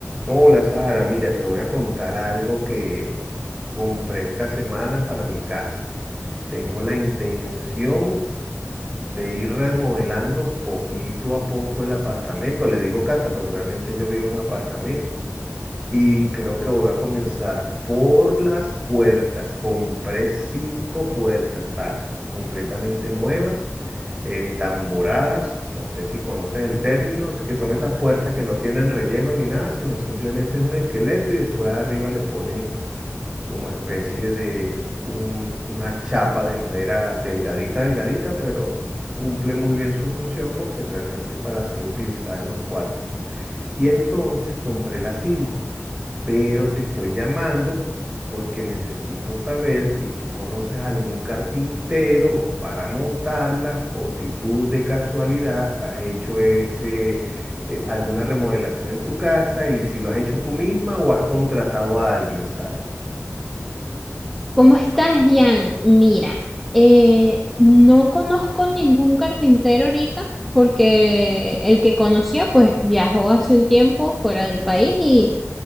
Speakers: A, on the right; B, in the centre.
A: Hola Sara, mira, te voy a contar algo que compré esta semana para mi casa. Tengo la intención de ir remodelando poquito a poco el apartamento. Le digo casa, pero realmente yo vivo en apartamento. Y creo que voy a comenzar por las puertas. Compré cinco puertas, Sara, completamente nuevas, entamboradas. No sé si conoces el término, que son esas puertas que no tienen relleno ni nada, sino simplemente es un esqueleto y después arriba le ponen como especie de un- una chapa de madera delgadita, delgadita, pero cumple muy bien su función porque realmente es para ser utilizada en los cuartos. Y entonces compré las cinco pero te estoy llamando porque necesito saber si tú conoces algún carpintero para montarla o si tú de casualidad has hecho ese, eh, alguna remodelación en tu casa y si lo has hecho tú misma o has contratado a alguien, Sara.
B: ¿Cómo estás, Jan? Mira, eh, no conozco ningún carpintero ahorita porque el que conocía pues viajó hace un tiempo fuera del país y